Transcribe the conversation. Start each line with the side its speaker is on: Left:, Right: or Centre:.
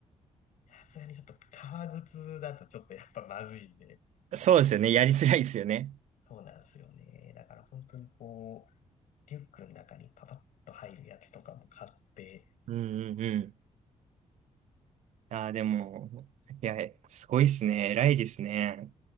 Left: さすがにちょっと革靴だとちょっとやっぱまずいんで、
Right: そうですよね。やりづらいですよね。
Left: そうなんですよね。だから本当にこう、リュックの中にパパッと入るやつとかも買って、
Right: うんうんうん。ああ、でも、いや、すごいですね。偉いですね。